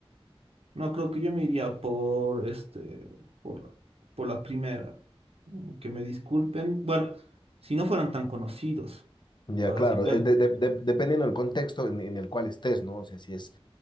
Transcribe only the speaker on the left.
Ya,
claro,
eh, de- de- de- dependiendo del contexto en, en el cual estés, ¿no? O sea, si es,